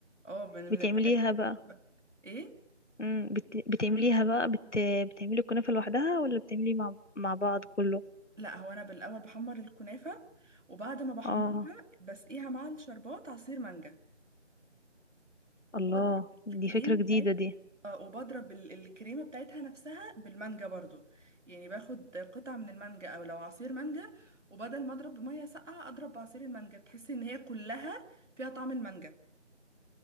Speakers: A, on the right; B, on the left.
A: اه من
B: بتعمليها
A: من الحاجات اللي انا
B: بقى
A: بحبها. ايه
B: امم بت... بتعمليها بقى بت... بتعملي الكنافه لوحدها ولا بتعملي مع مع بعض كله
A: لا هو انا بالاول بحمر الكنافه وبعد ما بحمرها
B: اه
A: بسقيها مع الشربات عصير مانجا وبضرب
B: الله
A: الكريمه
B: دي فكرة جديدة
A: بتاعتها
B: دي
A: اه وبضرب ال- الكريمه بتاعتها نفسها بالمانجا برضو يعني باخد قطعه من المانجا او لو عصير مانجا وبدل ما اضرب بميه ساقعه اضرب بعصير المانجا بتحسي ان هي كلها فيها طعم المانجا